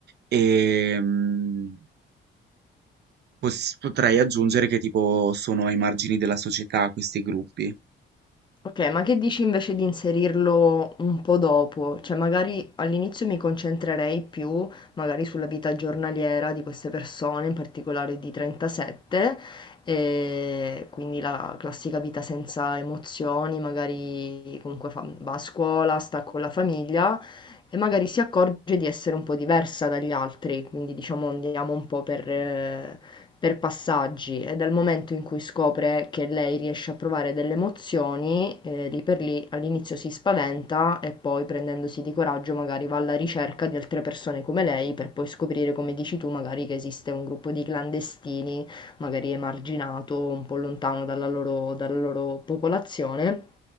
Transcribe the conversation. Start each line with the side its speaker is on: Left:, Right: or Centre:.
Right: Ehm, pos potrei aggiungere che tipo sono ai margini della società questi gruppi.
Left: Ok, ma che dici invece di inserirlo un po' dopo? Cioè, magari all'inizio mi concentrerei più magari sulla vita giornaliera di queste persone, in particolare di 37, e quindi la classica vita senza emozioni, magari comunque fa- va a scuola, sta con la famiglia e magari si accorge di essere un po' diversa dagli altri, quindi diciamo andiamo un po' per, eh, per passaggi e dal momento in cui scopre che lei riesce a provare delle emozioni, eh, lì per lì all'inizio si spaventa e poi prendendosi di coraggio magari va alla ricerca di altre persone come lei per poi scoprire, come dici tu, magari che esiste un gruppo di clandestini, magari emarginato, un po' lontano dalla loro, dalla loro popolazione